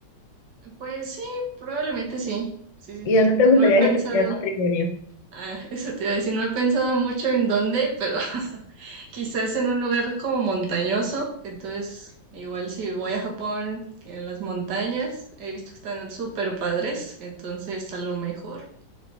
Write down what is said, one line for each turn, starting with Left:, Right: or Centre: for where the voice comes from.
Right: Pues sí, probablemente sí. Sí, sí,
Left: ¿Y
Right: sí.
Left: dónde te gustaría
Right: No he pensado.
Left: que te pidiera matrimonio?
Right: Ah, eso te iba a decir, no he pensado mucho en dónde, pero <laughs> quizás en un lugar como montañoso. Entonces, igual si voy a Japón, en las montañas, he visto que están súper padres, entonces a lo mejor